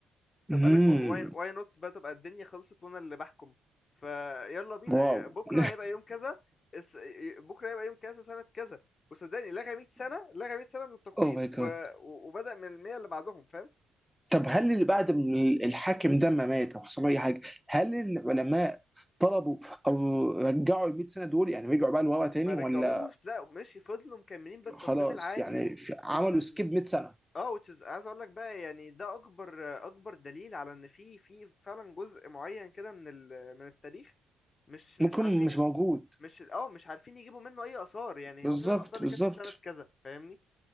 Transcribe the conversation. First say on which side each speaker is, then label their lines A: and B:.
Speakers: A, on the left (about 40°); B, in the centre.
A: طب
B: امم
A: قال لك واي واي نوت بقى تبقى الدنيا خلصت وانا اللي بحكم فيلا بينا
B: واو
A: يا- بكره
B: <laughs>
A: هيبقى يوم كذا الس- ي- بكره هيبقى يوم كذا سنه كذا وصدقني لغى 100 سنه لغى 100 سنه من التقويم
B: اوه ماي
A: و...
B: جاد
A: و- وبدأ من ال 100 اللي بعدهم فاهم
B: طب هل اللي بعد من الحاكم ده ما مات او حصل له اي حاجه هل العلماء طلبوا او رجعوا ال 100 سنه دول يعني رجعوا بقى لورا تاني
A: ما رجعوش
B: ولا
A: لا ماشي فضلوا مكملين بالتقويم
B: خلاص
A: العادي
B: يعني في- عملوا
A: which is
B: سكيب 100 سنه
A: اه which is عايز اقول لك بقى يعني ده اكبر اكبر دليل على ان في في فعلا جزء معين كده من ال... من التاريخ مش مش
B: ممكن
A: عارفين
B: مش موجود
A: مش اه مش عارفين يجيبوا منه اي اثار يعني
B: بالظبط
A: هو فين الاثار اللي
B: بالظبط
A: كانت في سنة كذا فاهمني